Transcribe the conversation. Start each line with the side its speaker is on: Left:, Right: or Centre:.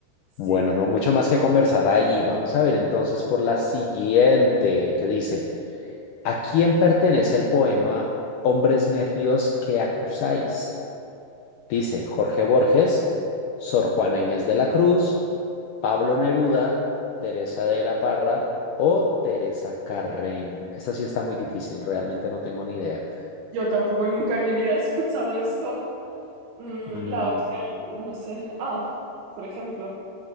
Right: ¿Sí?
Left: Bueno, no mucho más que conversar ahí. Vamos a ver entonces por la siguiente, que dice, ¿a quién pertenece el poema Hombres necios que acusáis? Dice Jorge Borges, Sor Juana Inés de la Cruz, Pablo Neruda, Teresa de la Parra o Teresa Carreño. Esta sí está muy difícil, realmente no tengo ni idea.
Right: Yo tampoco nunca en mi vida he escuchado esto. Mm,
Left: Mm,
Right: la opción, no sé, A, por ejemplo.